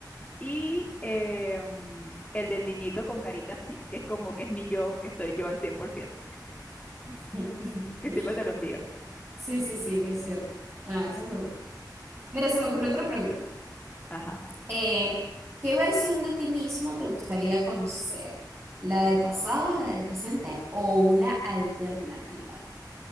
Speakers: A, on the left; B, on the right.
A: Y eh, mm, el del niñito con carita así, que es como que es mi yo, que soy yo al 100%
B: <laughs>
A: que siempre te lo envío.
B: Sí, sí, sí, es cierto. Ah, eso me gusta. Mira, se me ocurrió otra pregunta.
A: Ajá,
B: Eh, ¿qué versión de ti mismo te gustaría conocer? ¿La del pasado, la del presente o una alternativa?